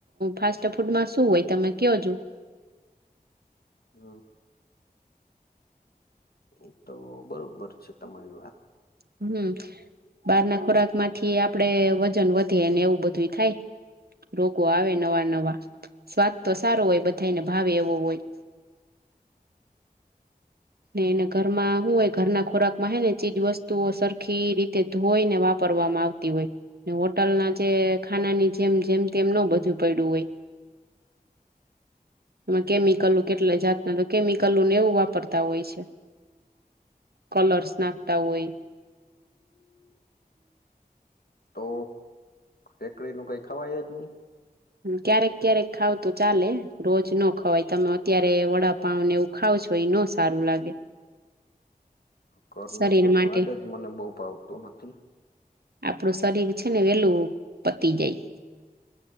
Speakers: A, on the right; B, on the left.
A: ફાસ્ટ ફૂડમાં શું હોય તમે કયો જો
B: હ. એ તો બરોબર છે, તમારી વાત
A: હમ. બહાર ના ખોરાક માંથી આપડે વજન વધે ને એવું બધુંય થાય રોગો આવે નવા નવા સ્વાદ તો સારો હોય બધાને ભાવે એવો હોય ને એને ઘરમાં હું હોય ઘરના ખોરાક માં હે ને ચીજ વસ્તુઓ સરખી રી તે ધોઈ ને વાપરવામાં આવતી હોય ને હોટલ ના જે ખાનાની જેમ જેમ તેમ ન બધું પયડું હોય
B: <inaudible>
A: માં કેમિકલું કેટલા જાતને તો કેમિકલું ને એવું વાપર તા હોય છે, કલર્સ નાખતા હોય
B: હ તો રેકડી ન કઈ ખવાય જ ની
A: ક્યારેક ક્યારેક ખાવ તો ચાલે રોજ ન ખવાય તમે અત્યારે વડાપાવ નેવું ખાવ છો એ ન સારું લાગે
B: ઘર
A: શરીર
B: નો તો
A: માટે
B: સ્વાદ જ મને બો ભાવતો નથી.
A: આપડું શરીર છે, ને વેલું પતી જાય